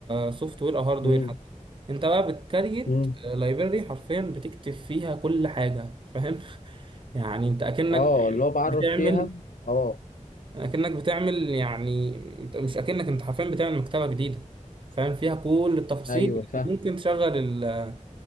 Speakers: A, on the right; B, on the left.
A: كسوفت وير او هارد
B: امم
A: وير حتى انت بقى بتكريت
B: امم
A: لايبرري حرفيا بتكتب فيها كل حاجة فاهم <laughs> يعني انت اكنك
B: اه اللي هو بعرف
A: بتعمل
B: فيها اه
A: اكنك بتعمل يعني أنت- مش اكنك انت حرفيا بتعمل مكتبه جديده فاهم فيها كل التفاصيل
B: ايوه
A: اللي
B: فاهم
A: ممكن تشغل ال-